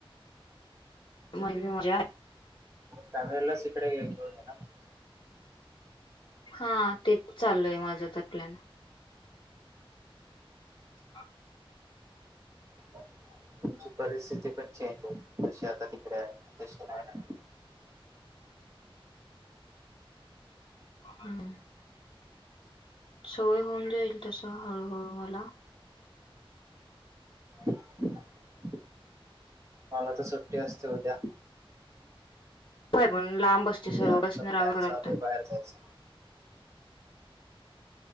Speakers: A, on the left; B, on the right.
A: <unintelligible>
B: फॅमिलीलाच इकडे घेऊन ये ना मग
A: हा तेच चालूयं माझं तर प्लॅन. अ.
B: तुमची परिस्थिती पण चेंज आहे जशी आता तिकडे आहे तशी नाही राहणार.
A: हं. सवय होऊन जाईल तसं हळूहळू मला.
B: <inaudible> मला तर सुट्टी असते उद्या.
A: होय पण लांब असते सर्व
B: उद्या आमचा
A: बसन राहावं
B: प्लॅन
A: करावं
B: चालू
A: लागतं
B: आहे बाहेर जायचा.